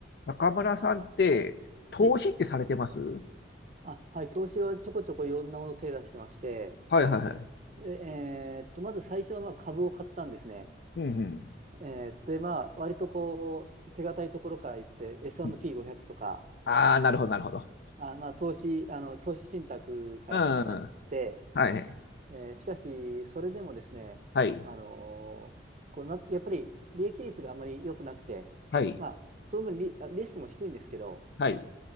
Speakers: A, on the left; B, on the right.
A: 中村さんって、投資ってされてますは
B: はい。あ、はい。投資はちょこちょこいろんなものを手出してまして、
A: いはいはい。
B: で、えーっと、まず最初はまあ株を買ったんですね。
A: うんうん。
B: えーで、まあ、割とこう、手堅いところから行って、S&P500
A: うん
B: とか、
A: ああー、なるほど、なるほど。
B: あ、まあ、投資、あの、投資信託から始まって、
A: うん、はい、
B: えーしかし、それでもですね、
A: はい、
B: あのーこうな、やっぱり利益率があまり良くなくて、
A: はい、
B: まあ、その分リ、リスクも低いんですけど、
A: はい、